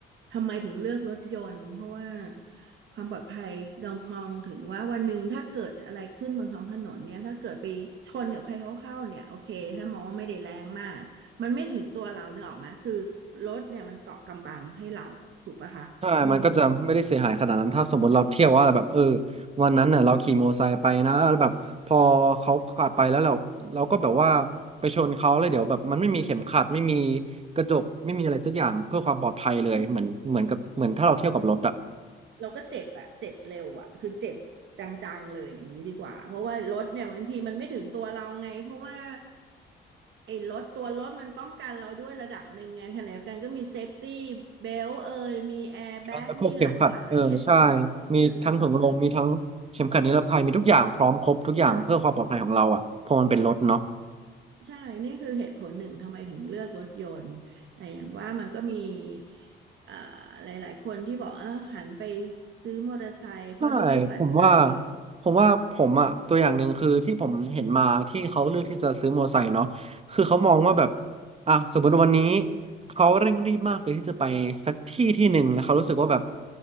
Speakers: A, on the right (about 70°); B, on the right (about 30°).
A: ทำไมถึงเลือกรถยนต์เพราะว่าความปลอดภัยต้องมองถึงว่าวันหนึ่งถ้าเกิดอะไรขึ้นบนท้องถนนเนี่ยถ้าเกิดไปชนกับใครเขาเข้าเนี่ยโอเคถ้ามองว่าไม่ได้แรงมาก มันไม่ถึงตัวเราเนกออกไหมคือรถเนี่ยมันเกาะกำบังให้เราถูกปะคะอืม
B: ใช่มันก็จะไม่ได้เสียหายขนาดนั้นถ้าสมมติเราเที่ยวว่าแบบเออวันนั้นน่ะเราขี่มอเตอร์ไซค์ไปนะแล้วแบบพอเขาขับไปแล้วเราเราก็แบบว่าไปชนเขาแล้วเดี๋ยวแบบมันไม่มีเข็มขัดไม่มีกระจกไม่มีอะไรสักอย่างเพื่อความปลอดภัยเลยเหมือนเหมือนกับเหมือนถ้าเราเที่ยวกับรถอะ
A: อืมเราก็เจ็บอะเจ็บเร็วอะคือเจ็บจังๆเลยอย่างนี้ดีกว่า เพราะว่ารถเนี่ยบางทีมันไม่ถึงตัวเราไง เพราะว่าไอ้รถตัวรถมันป้องกันเราด้วยระดับหนึ่งไงขณะเดียวกันก็มีเซฟตี้เบลเอยมีแอร์แบ็กมีหลากหลายไงในการป้องกันเราอ
B: แล้วพวกเข็มขัดเออใช่มีทั้งถุงลมมีทั้งเข็มขัดนิรภัยมีทุกอย่างพร้อมครบทุกอย่างเพื่อความปลอดภัยของเราอ่ะเพอมันเป็นรถเนาะ
A: ืมค่ะ ใช่ นี่คือเหตุผลหนึ่งทำไมถึงเลือกรถยนต์ แต่อย่างว่ามันก็มีเอ่อหลายๆคนที่บอกเออหันไปซื้อมอเตอร์ไซค์เพราะด้วยปัจจัย
B: ใช่ผมว่าผมว่าผมอ่ะตัวอย่างหนึ่งคือที่ผมเห็นมาที่เขาเลือกที่จะซื้อมอเตอร์ไซค์เนาะคือเขามองว่าแบบอ่ะสมมติวันนี้เขาเร่งรีบมากเลยที่จะไปสักที่ที่หนึ่งแล้วเขารู้สึกว่าแบบ